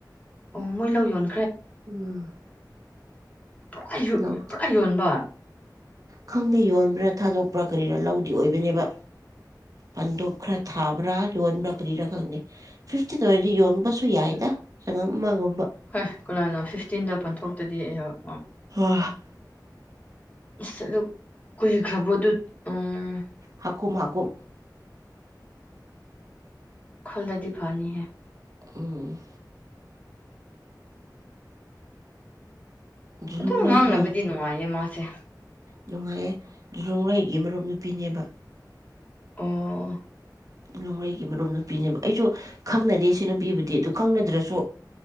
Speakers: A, on the left; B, on the right.
A: ꯑꯣ ꯃꯣꯏ ꯂꯧ ꯌꯣꯟ
B: ꯎꯝ
A: ꯄꯨꯔꯥ
B: ꯂꯧ
A: ꯄꯨꯔꯥ ꯌꯣꯟꯕ
B: ꯈꯪꯗꯦ ꯌꯣꯟꯕ꯭ꯔꯥ ꯊꯥꯗꯣꯛ ꯄ꯭ꯔꯥ ꯀꯔꯤꯔꯥ ꯂꯧꯗꯤ ꯑꯣꯏꯕꯅꯦꯕ ꯄꯥꯟꯗꯣꯞ ꯈꯔ ꯊꯥꯕ꯭ꯔꯥ ꯌꯣꯟꯕ꯭ꯔꯥ ꯀꯔꯤꯔꯥ ꯈꯪꯗ ꯐꯤꯐꯇꯤꯗ ꯑꯣꯏꯔꯗꯤ ꯌꯣꯟꯕꯁꯨ ꯌꯥꯏꯗ ꯆꯪꯉꯝ ꯑꯃꯒꯨ
A: ꯍꯩꯏ ꯀꯅꯥꯅ ꯐꯤꯐꯇꯤꯟꯗ ꯕꯟ ꯊꯣꯛꯇꯗꯤ ꯑꯩꯍꯥꯛ
B: ꯍ
A: ꯏꯁ ꯑꯗꯨ ꯀꯨꯏꯈ꯭ꯔꯕꯗꯨ ꯎꯝ
B: ꯍꯥꯀꯨ ꯝ ꯍꯥꯀꯨꯝ
A: ꯈꯜꯂꯗꯤ ꯐꯅꯤ ꯍꯦ
B: ꯎꯝ ꯖꯨꯂꯨꯡꯔꯩꯗꯣ
A: ꯑꯗꯨꯝ ꯉꯥꯡꯅꯕꯗꯤ ꯅꯨꯡꯉꯥꯏꯌꯦ ꯃꯥꯁꯦ
B: ꯅꯨꯡꯉꯥꯏꯌꯦ ꯖꯨꯂꯨꯡꯉꯩꯒꯤ ꯃꯔꯨꯞ ꯅꯨꯄꯤꯅꯦꯕ
A: ꯑꯥ
B: ꯅꯣꯡꯂꯩꯒꯤ ꯃꯔꯨꯞ ꯅꯨꯄꯤꯅꯦꯕ ꯑꯩꯁꯨ ꯈꯪꯅꯗꯦ ꯁꯤꯅ ꯄꯤꯕꯨꯗꯤ ꯑꯗꯨ ꯈꯪꯅꯗ꯭ꯔꯁꯨ